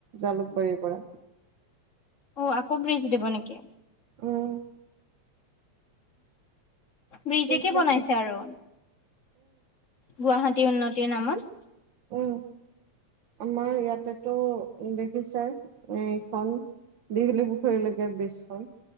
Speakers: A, on the right; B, on the left.
A: জালুকবাৰীৰ পৰা।
B: অ' আকৌ ব্ৰিজ দিব নেকি।
A: উম।
B: ব্ৰিজেকে
A: উম
B: বনাইছে আৰু। গুৱাহাটী উন্নতিৰ নামত। <inaudible>
A: উম আমাৰ ইয়াতেতো দেখিছে এইখন। দিঘলি পুখুৰীলৈকে ব্ৰিজখন।